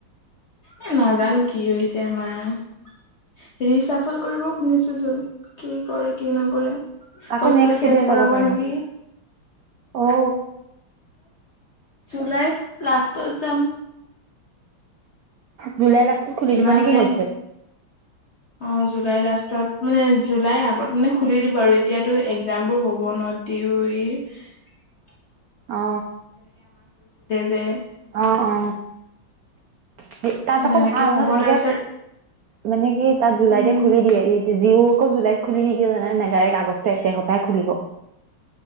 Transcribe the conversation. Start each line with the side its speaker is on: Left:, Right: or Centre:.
Left: এ নাজানো কি হৈছে আমাৰ, ৰিচাফল কৰিব শুনিছো চোন, কি কৰে কি নকৰে।
Right: আকৌ
Left: হোষ্টেল
Right: নেক্সট
Left: চেঞ্জ
Right: কেতিয়া
Left: কৰাব
Right: যাব পাৰিবা?
Left: নেকি
Right: অ।
Left: জুলাই লাষ্টত যাম।
Right: জুলাই লাষ্টত। খুলি
Left: ইমান
Right: দিব নেকি
Left: মানে
Right: হোষ্টেল?
Left: অ জুলাই লাষ্টত মানে জুলাইৰ আগত মানে খুলি দিব আৰু এতিয়াতো এক্জামবোৰ হ'ব ন তেওঁ ই।
Right: অ
Left: যে
Right: অ অ অ, সেই তাত আকৌ
Left: তেনেকে
Right: ভাল
Left: হ'ব
Right: ন তেনেকে,
Left: তাৰপিছত
Right: মানে কি তাত জুলাইতে
Left: উম
Right: খুলি দিয়ে যি আকৌ জুলাইত। খুলি নিদিয়ে জানে নাই ডাইৰেক্ট আগষ্ট এক তাৰিখৰপাই খুলিব।